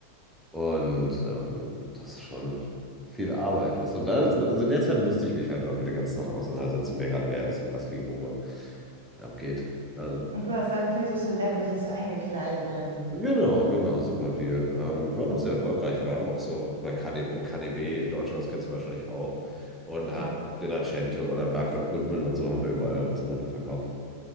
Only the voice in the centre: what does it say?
Und ähm, das ist schon viel Arbeit, was. Und da, also in der Zeit musste ich mich halt auch mit den ganzen Sachen auseinandersetzen, wer gerade wer ist und was wie wo abgeht. Also,
genau, genau, super viel. Ähm, wir waren auch sehr erfolgreich. Wir haben auch so bei KD, im KDW in Deutschland, das kennst du wahrscheinlich auch, und
halt Rinascente oder Bergdorf Goodman und so haben wir überall unsere Sachen verkauft.